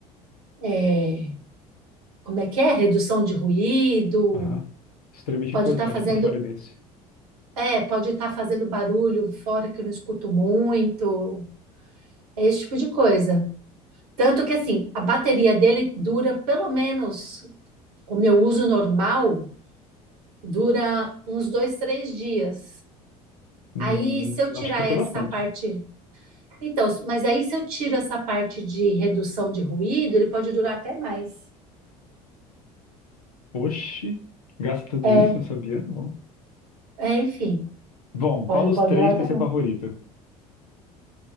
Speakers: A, on the right; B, on the left.
A: é, como é que é? Redução de ruído,
B: Aham. Extremamente
A: pode
B: importante
A: estar fazendo,
B: pra um fone desse.
A: é, pode estar fazendo barulho fora que eu não escuto muito, é esse tipo de coisa. Tanto que assim, a bateria dele dura pelo menos o meu uso normal dura uns dois, três dias.
B: Hum,
A: Aí, se eu
B: eu
A: tirar
B: acho que é
A: essa
B: até bastante.
A: parte. Então, mas aí, se eu tiro essa parte de redução de ruído, ele pode durar até mais.
B: Oxi, gasta tudo
A: É,
B: isso? Não sabia, não.
A: É, enfim.
B: Bom,
A: pode,
B: qual dos
A: pode
B: três
A: durar
B: vai
A: até também.
B: ser favorito?